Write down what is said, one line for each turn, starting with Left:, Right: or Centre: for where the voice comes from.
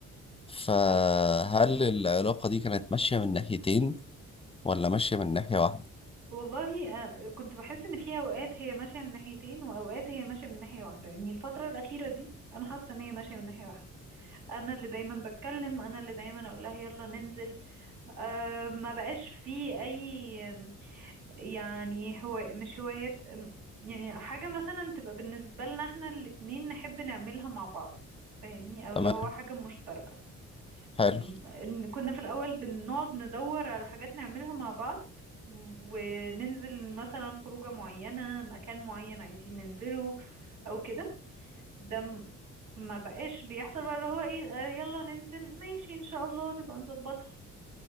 Left: فهل
Right: صح
Left: العلاقة دي كانت ماشية من ناحيتين ولا ماشية من ناحية واحدة؟
Right: والله آه، كنت بحس ان في اوقات هي ماشيه من ناحيتين واوقات هي ماشيه من ناحيه واحده يعني الفتره الاخيره دي انا حاسه ان هي ماشيه من ناحيه واحده انا اللي دايما بتكلم انا اللي دايما اقول لها يلا ننزل أه ما بقاش في اي آم، يعني هو مش هوايات آم، يعني حاجة مثلا تبقى بالنسبة لنا احنا الاتنين نحب نعملها مع بعض فاهمني او اللي
Left: تمام
Right: هو حاجة مشتركة
Left: حلو
Right: م- إن كنا في الاول بنقعد ندور على حاجات نعملها مع بعض وننزل مثلا خروجة معينة مكان معين عايزين ننزله او كده ده م- ما بقاش بيحصل بقى اللي هو ايه آه، يلا ننزل ماشي ان شاء الله نبقى نظبطها